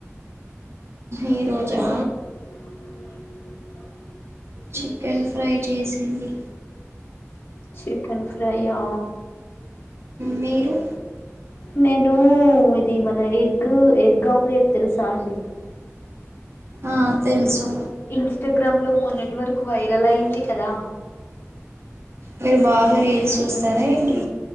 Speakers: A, on the right (about 55°); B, on the left (about 45°).
A: ఈ రోజా
B: బ
A: చికెన్ ఫ్రై చేసింది
B: చికెన్ ఫ్రైయా
A: మీరు
B: నేను ఇది మన ఎగ్ ఎగ్ ఆమ్లెట్ తెలుసా అండి
A: ఆ తెలుసు
B: ఇన్స్టాగ్రామ్ లో మొన్నటి వరకు వైరల్ అయింది కదా
A: మీరు బాగా రీల్స్ చూస్తారా ఏంటి